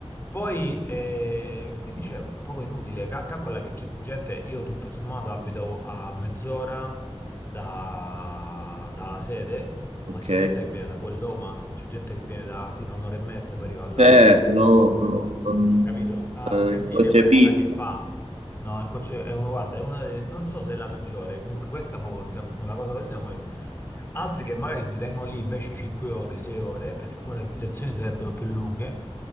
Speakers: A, on the left (about 20°); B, on the right (about 85°).
A: Poi, eh, quindi cioè, è proprio inutile, Ca- calcola che c'è gente, io tutto sommato abito a mezz'ora da- dalla sede,
B: ok.
A: ma c'è gente che viene da fuori Roma, c'è gente che viene da, si fa un'ora e mezza per arrivare là,
B: Certo, no, no, non,
A: Capito? Ah,
B: eh,
A: sentite
B: inconcepibile.
A: questa che fa. No, è conce- è uno, guarda, è una de- non so se è la peggiore, comunque questa è proprio un sem- una cosa così. non ho mai- Altri che magari ti tengono lì invece 5 ore, 6 ore, perché alcune lezioni sarebbero più lunghe,